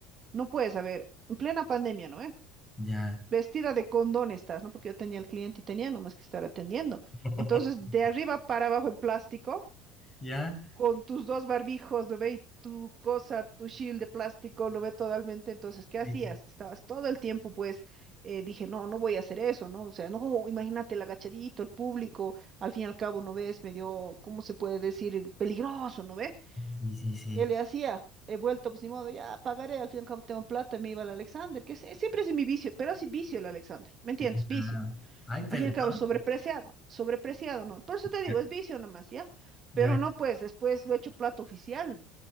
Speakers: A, on the right; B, on the left.
A: no puedes, a ver, en plena pandemia, ¿no ve?
B: Ya,
A: Vestida de condón estás, ¿no? Porque yo tenía el cliente y tenía nomás que estar atendiendo.
B: <laughs>
A: Entonces, de arriba para abajo en plástico
B: ya.
A: con tus dos barbijos, lo ve y tu cosa, tu shield de plástico, lo ve totalmente. Entonces, ¿qué
B: Sí,
A: hacías? Estabas todo el tiempo, pues, eh, dije, no, no voy a hacer eso, ¿no? O sea, no, imagínate el agachadito, el público, al fin y al cabo, ¿no ves? Medio, ¿cómo se puede decir? Peligroso, ¿no ve?
B: sí, sí. sí.
A: ¿Qué le hacía? He vuelto, pues, ni modo, ya pagaré, al fin y al cabo tengo plata, me iba al Alexander, que es- siempre es mi vicio, pero así vicio el Alexander, ¿me entiendes?
B: Ya.
A: Vicio.
B: Ay, perdón.
A: Al fin y al cabo es sobrepreciado, sobrepreciado, ¿no? Por eso te digo,
B: Ya,
A: es vicio nomás, ¿ya?
B: ya,
A: Pero no, pues después lo he hecho plato oficial,